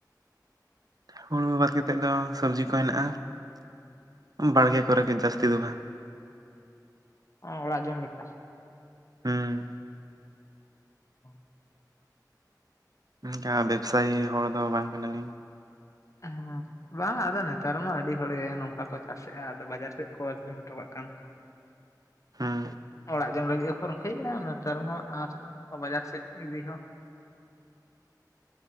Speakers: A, on the right (about 60°); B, on the left (about 45°).
A: ᱦᱩᱲᱩ ᱵᱟᱫ ᱠᱟᱛᱮᱫ ᱫᱚ ᱥᱚᱵᱽᱡᱤ ᱠᱚ ᱦᱮᱱᱟᱜᱼᱟ, ᱵᱟᱲᱜᱮ ᱠᱚᱨᱮ ᱜᱮ ᱡᱟᱹᱥᱛᱤ ᱫᱚ ᱵᱟᱝ᱾
B: ᱚ ᱚᱲᱟᱜ ᱡᱚᱢ ᱞᱮᱠᱟ᱾
A: ᱦᱩᱸ᱾
B: ᱚᱸᱻ
A: ᱚᱱᱠᱟ ᱵᱮᱵᱽᱥᱟᱭᱤ ᱦᱚᱲ ᱫᱚ ᱵᱟᱝ ᱠᱟᱱᱟᱞᱤᱧ᱾
B: ᱦᱮᱸ ᱵᱟᱝ ᱟᱫᱚ ᱱᱮᱛᱟᱨ ᱢᱟ ᱟᱹᱰᱤ ᱦᱚᱲᱜᱮ ᱱᱚᱝᱠᱟ ᱠᱚ ᱠᱟᱥᱮᱫ ᱦᱟᱸ ᱟᱫᱚ ᱵᱟᱡᱟᱨ ᱥᱮᱫ ᱠᱚ <inaudible> ᱦᱚᱴᱚ ᱠᱟᱜ ᱠᱦᱟᱱ ᱾
A: ᱦᱩᱸ᱾
B: ᱚᱲᱟᱜ ᱡᱚᱢ ᱞᱟᱹᱜᱤᱫ ᱦᱚᱸᱠᱚ ᱨᱚᱦᱚᱸᱭᱮᱫ-ᱟ ᱱᱮᱛᱟᱨ ᱢᱟ ᱟᱨ ᱵᱟᱡᱟᱨ ᱥᱮᱫ ᱤᱫᱤ ᱦᱚᱸ ᱚᱲᱟᱜ